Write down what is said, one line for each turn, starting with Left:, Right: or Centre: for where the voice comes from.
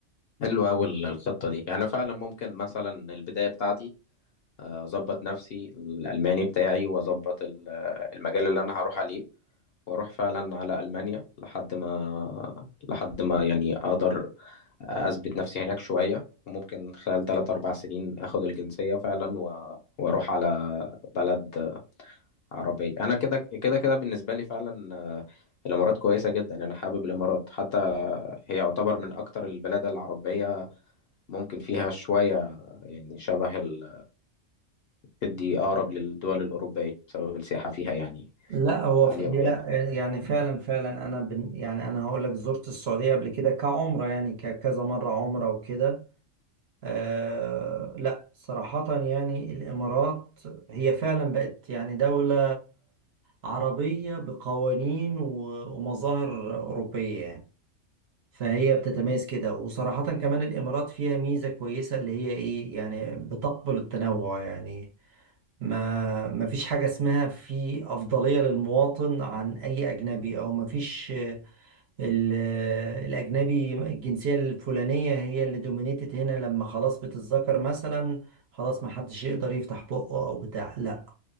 Left: حلو أوي ال- الخطة دي يعني فعلا ممكن مثلا البداية بتاعتي آه، أظبط نفسي الألماني بتاعي وأظبط ال- آه، المجال اللي أنا هروح عليه وأروح فعلا على ألمانيا لحد ما لحد ما يعني أقدر أثبت نفسي هناك شوية وممكن خلال تلات أربع سنين أخد الجنسية فعلا و... وأروح على بلد آه، عربية أنا كده كده كده بالنسبة لي فعلا آه، الإمارات كويسة جدا أنا حابب الإمارات حتى هي يعتبر من أكتر البلاد العربية ممكن فيها شوية يعني شبه ال... دي أقرب للدول الأوروبية بسبب السياحة فيها يعني
Right: لا هو
Left: عالية
Right: ف... هي
Left: وكده
Right: لا يعني فعلا فعلا انا بن... يعني انا هقول لك زرت السعوديه قبل كده كعمره يعني ك... كذا مره عمره وكده آه... لا صراحه يعني الامارات هي فعلا بقت يعني دوله عربيه بقوانين و... ومظاهر اوروبيه يعني فهي بتتميز كده وصراحه كمان الامارات فيها ميزه كويسه اللي هي ايه يعني بتقبل التنوع يعني ما ما فيش حاجة اسمها في أفضلية للمواطن عن أي أجنبي أو ما فيش آه، ال- آه، الأجنبي الجنسية الفلانية هي اللي دومينيتد هنا لما خلاص بتتذكر مثلا خلاص ما حدش يقدر يفتح بقه أو بتاع لا